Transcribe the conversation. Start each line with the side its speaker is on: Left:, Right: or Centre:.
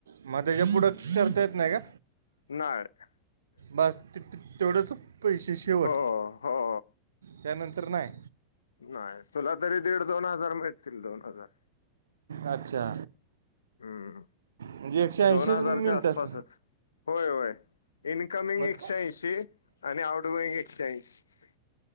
Right: मग त्याच्या पुढं करता येत नाही का.
Left: नाही र.
Right: बस त तेवढंच पैसे शेवट
Left: हो हो
Right: त्यानंतर नाही
Left: नाही तुला तरी दीड दोन हजार भेटतील दोन हजार
Right: अच्छा
Left: हम्म
Right: म्हणजे एकशे ऐंशीच
Left: दोन हजारच्या
Right: मिनिट
Left: आसपासच
Right: अस
Left: होय होय इनकमिंग
Right: मग
Left: एकशेऐंशी आणि आउटगोइंग एकशेऐंशी